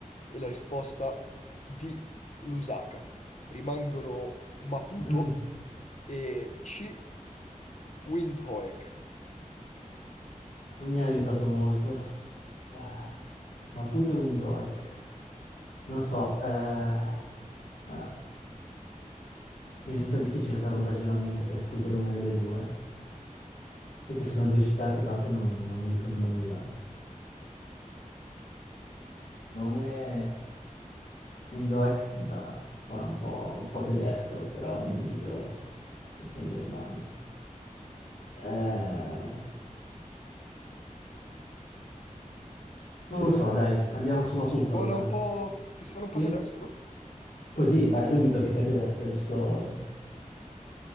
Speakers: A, on the left (about 55°); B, on the left (about 80°).
A: e la risposta D, Lusaka. Rimangono Maputo
B: Mm,
A: E C. Windhoek.
B: non mi ha aiutato molto. Ah, Maputo e Windhoek. Non so, eh, ah, mi risulta difficile fare un ragionamento per escludere una delle due, perché sono due città che proprio non, non mi dicono nulla. Nome... Window X sembra, suona un po', un po' tedesco, però dubito che sia in Germania. Eh, non lo so, dai, andiamo su Maputo
A: Suona
B: allora.
A: un po'... Ti suona
B: Sì?
A: un po' tedesco?
B: Così, beh, dubito che sia tedesca, giusto?